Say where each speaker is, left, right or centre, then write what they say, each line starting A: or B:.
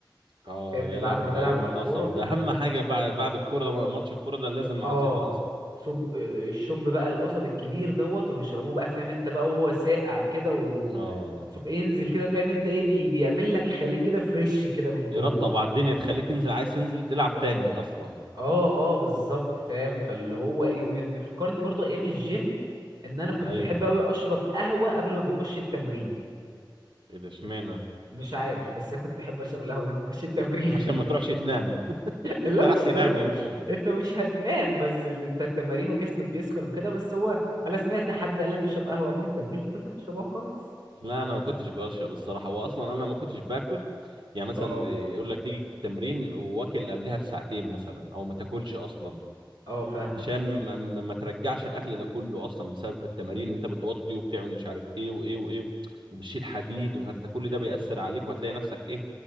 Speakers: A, on the right; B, on the right.
A: اه
B: فاهمني
A: يا
B: بعد
A: لهوي
B: ما نلعب
A: ايام
B: الكوره
A: القصب ده اهم حاجه بقى بعد الكوره ده ماتش الكوره ده لازم
B: اه
A: عصير القصب
B: صب الشوب بقى القصب الكبير دوت ونشربوه بقى فاهم انت بقى وهو ساقع كده و
A: اه
B: سك- ينزل كده فاهم انت ايه بي... بيعمل لك يخليك كده فريش كده من جوه
A: يرطب على الدنيا تخليك تنزل عايز تنزل تلعب تاني اصلا
B: اه اه بالظبط فاهم فاللي هو ايه وبي- بيفكرني برضو ايام الجيم ان انا كنت
A: ايوه
B: بحب قوي اشرب قهوة قبل ما بخش التمرين
A: ايه ده اشمعنى
B: مش عارف بس انا كنت بحب اشرب القهوة قبل ما اخش التمرين
A: <laughs> عشان ما
B: <laughs>
A: تروحش تنام <laughs>
B: لا
A: انت راح
B: مش
A: تنام
B: لدرجة
A: يا ابني
B: <laughs> انت مش هتنام بس اللي انت التمارين وجسمك بيسخن وكده بس هو انا سمعت حد قال لك اشرب قهوة قبل التمرين فكنت بشربها وخلاص
A: لا انا ما كنتش بشرب الصراحه واصلا انا ما كنتش باكل يعني مثلا
B: اه
A: يقول لك تيجي التمرين واكل قبلها بساعتين مثلا او ما تاكلش اصلا
B: اه فاهمك
A: عشان ما, ما ما ترجعش الاكل ده كله اصلا بسبب التمارين اللي انت بتوطي وبتعمل مش عارف ايه وايه وايه وبتشيل حديد فانت كل ده بيأثر عليك وهتلاقي نفسك ايه